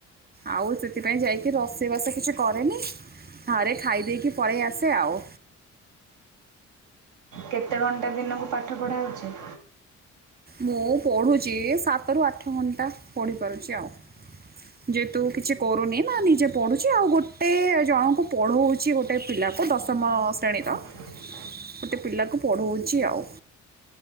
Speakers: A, on the right; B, on the right.
A: ଆଉ ସେଥିପାଇଁ ଯାଇକି ରୋଷେଇବାସ କିଛି କରେନି। ଘରେ ଖାଇ ଦେଇକି ପଳେଇ ଆସେ ଆଉ।
B: କେତେ ଘଣ୍ଟା ଦିନକୁ ପାଠ ପଢ଼ା ହେଉଛି?
A: ମୁଁ ପଢ଼ୁଛି ସାତରୁ ଆଠ ଘଣ୍ଟା ପଢ଼ିପାରୁଛି ଆଉ। ଯେହେତୁ କିଛି କରୁନି ନା, ନିଜେ ପଢୁଛି ଆଉ ଗୋଟେ ଜଣଙ୍କୁ ପଢଉଛି ଗୋଟେ ପିଲାକୁ ଦଶମ ଶ୍ରେଣୀର।
B: <inaudible>
A: ଗୋଟେ ପିଲାକୁ ପଢଉଛି ଆଉ।